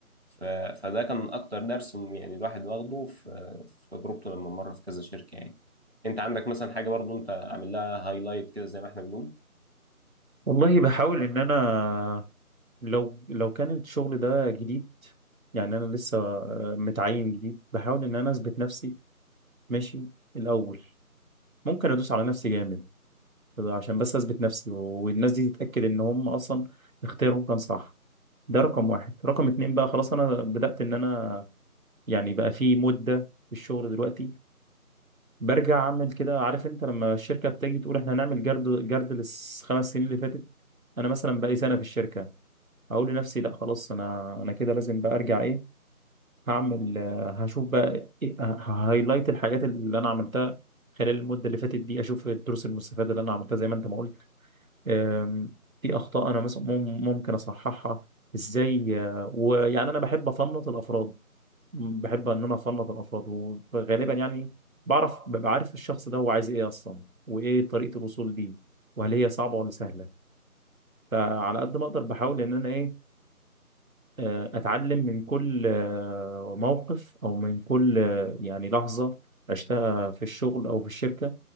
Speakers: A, on the right (about 45°); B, on the right (about 65°).
A: ف- فده كان اكتر درس يعني الواحد واخده في في تجربته لما مر في كذا شركة يعني انت عندك مثلا حاجة برضو انت عامل لها هايلايت كده زي ما احنا بنقول
B: والله بحاول إن أنا لو لو كان الشغل ده جديد يعني أنا لسه آه، متعين جديد بحاول إن أنا أثبت نفسي ماشي الأول ممكن أدوس على نفسي جامد عشان بس اثبت نفسي والناس دي تتاكد ان هم اصلا اختيارهم كان صح ده رقم واحد رقم اتنين بقى خلاص انا بدات ان انا يعني بقى في مده في الشغل دلوقتي برجع اعمل كده عارف انت لما الشركه بتيجي تقول احنا هنعمل جرد جرد للخمس سنين اللي فاتت انا مثلا بقى لي سنه في الشركه اقول لنفسي لا خلاص انا انا كده لازم بقى ارجع ايه هعمل آه، هشوف بقى إيه هايلايت الحاجات اللي انا عملتها خلال المده اللي فاتت دي اشوف الدروس المستفاده اللي انا عملتها زي ما انت ما قلت آم، في اخطاء انا مثلا مم- ممكن اصححها ازاي آه، ويعني انا بحب افنط الافراد م- بحب ان انا افنط الافراد وغالبا يعني بعرف ببقى عارف الشخص ده هو عايز ايه اصلا وايه طريقة الوصول ليه وهل هي صعبة ولا سهلة فعلى قد ما اقدر بحاول ان انا إيه آه، اتعلم من كل آه، موقف او من كل آه، يعني لحظه عشتها في الشغل او في الشركه